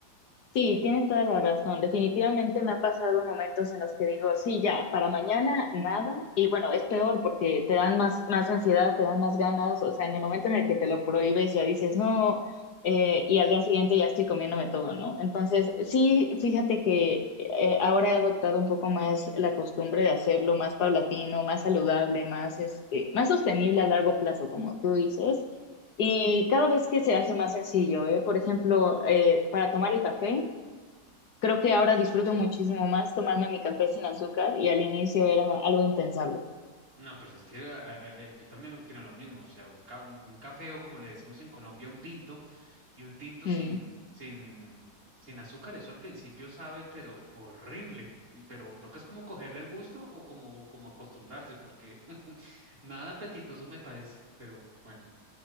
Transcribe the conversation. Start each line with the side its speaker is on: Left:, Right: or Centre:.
Left: Sí, tienes toda la razón. Definitivamente me ha pasado momentos en los que digo, sí, ya, para mañana nada. Y bueno, es peor porque te dan más, más ansiedad, te dan más ganas. O sea, en el momento en el que te lo prohíbes, ya dices, no, eh, y al día siguiente ya estoy comiéndome todo, ¿no? Entonces, sí, fíjate que eh, ahora he adoptado un poco más la costumbre de hacerlo más paulatino, más saludable, más, este, más sostenible a largo plazo, como tú dices. Y cada vez que se hace más sencillo, ¿eh? Por ejemplo, eh, para tomar el café. Creo que ahora disfruto muchísimo más tomarme mi café sin azúcar y al inicio era algo impensable.
Right: No, pues es que eh, eh, eh, yo también opino lo mismo, o sea, un, ca- un, un café o como le decimos en Colombia, un tinto, y un tinto
Left: Mm.
Right: sin, sin, sin azúcar, eso al principio sabe, pero horrible, y, pero tocas como cogerle el gusto o como, como acostumbrarse, porque <laughs> nada apetitoso me parece, pero bueno.